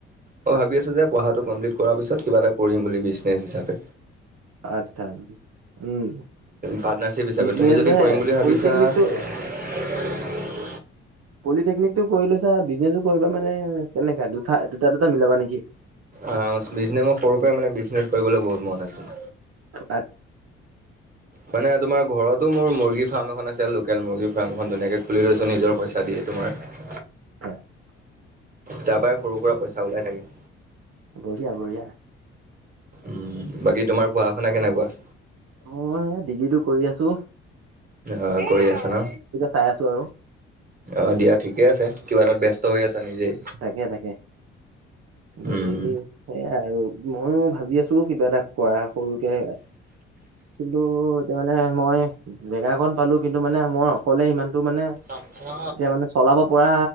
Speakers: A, on the right; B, on the right.
A: মই ভাবি আছোঁ যে পঢ়াটোও কমপ্লিট কৰাৰ পিছত। কিবা এটা কৰিম বুলি বিছ <unintelligible> হিচাপে
B: আচ্ছা, উম'
A: পাৰ্টনাৰশ্বিপ
B: <unintelligible>
A: হিচাপে
B: বিজনেছে
A: তুমি যদি কৰিম বুলি ভাবিছা
B: পলিটেকনিকটো
A: <inaudible>
B: পলিটেকনিক টো কৰি লৈছা, বিজনেছো কৰিবা মানে কেনেকা দু দুটা-দুটা মিলাবা নেকি?
A: অ, বিজনেছ মই সৰু পৰাই মানে বিজনেছ কৰিবলৈ বহুত মন আছে।
B: আচ্ছা।
A: মানে তোমাৰ ঘৰত ঘৰতটো মোৰ মুৰ্গী ফাৰ্ম এখন আছে। লোকেল মুৰ্গী ফাৰ্ম এখন ধুনীয়াকে খুলি লৈছোঁ, নিজৰ পইচা দিয়ে তোমাৰ।
B: হয়।
A: তাৰ পৰাই সৰু-সুৰা পইচা ওলাই থাকে।
B: বঢ়িয়া-বঢ়িয়া।
A: উম' বাকী তোমাৰ পঢ়া-শুনা কেনেকুৱা?
B: মই এয়া ডিগ্ৰীটো কৰি আছোঁ।
A: অ' কৰি আছা ন,
B: চাই আছো আৰু
A: অ' দিয়া ঠিকে আছে। কিবা এটাত ব্যস্ত হৈ আছা নিজেই
B: তাকে-তাকে বাকী
A: উম
B: সেইয়া আৰু মইয়ো ভাবি আছোঁ, কিবা এটা কৰা সৰুকে কিন্তু এতিয়া মানে মই জেগা কন পালোঁ, কিন্তু মানে মই অকলে সিমানটো মানে
A: আচ্ছা।
B: এতিয়া মানে চলাব পৰা